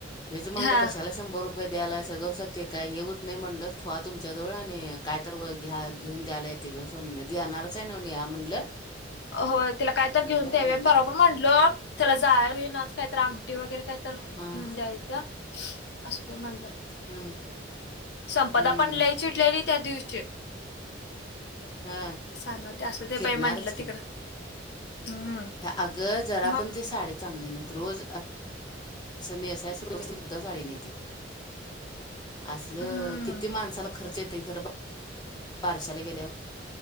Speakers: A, on the left (about 20°); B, on the left (about 60°).
A: मीच म्हंटलो
B: हा
A: कशाला शंभर रुपये द्यालाय सगळं सत्य काय हेऊत नाही म्हंटलं ठेवा तुमच्या जवळ आणि काय तर व घ्या घेऊन द्यायला येतंय गप बसा म्हटलं देणारच आहे ना म्हणलं
B: होय तिला काय तर
A: ठेवली
B: घेऊन देऊया
A: आणि मम्मी
B: परवा पण म्हंटलो त्याला जायाला होईनाच. काहीतरी आंगटी वगैरे काय त तर
A: हां
B: घेऊन द्यायचं असु दे म्हटलं.
A: हम्म.
B: संपदा
A: हम्म
B: पण लई चिडलेली त्या दिवशी.
A: हां
B: ती सांगालती असु दे
A: चिडणारच
B: बाई म्हटलं
A: की
B: तिकडं हम्म.
A: अगं जरा
B: मग
A: पण ती साडी चांगली नाही त रोज अ असं नेसायच <unintelligible> सुद्धा साडी नाही ती. असल
B: हम्म
A: किती माणसाला खर्च येतंय खर बारशाला गेल्यावर.